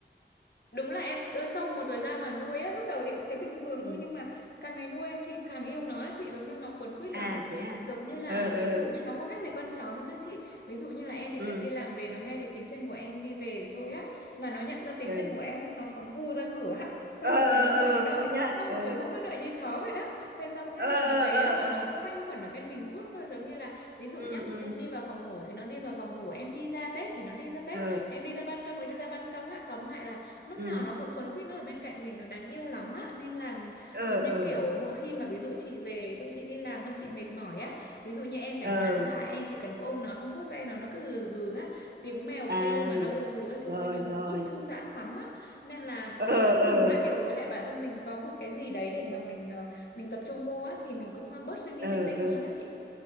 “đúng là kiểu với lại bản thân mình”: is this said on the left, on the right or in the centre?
Left